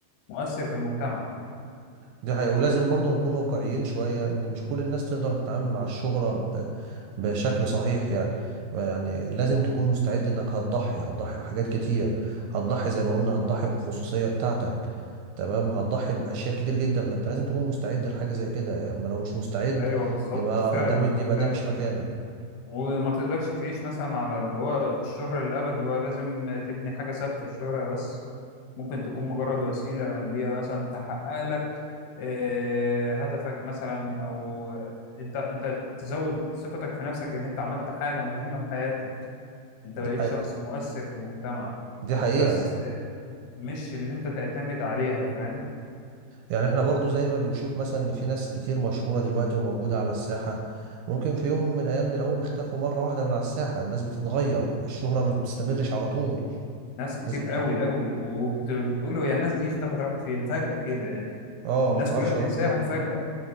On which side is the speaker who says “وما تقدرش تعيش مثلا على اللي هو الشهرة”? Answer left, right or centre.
Left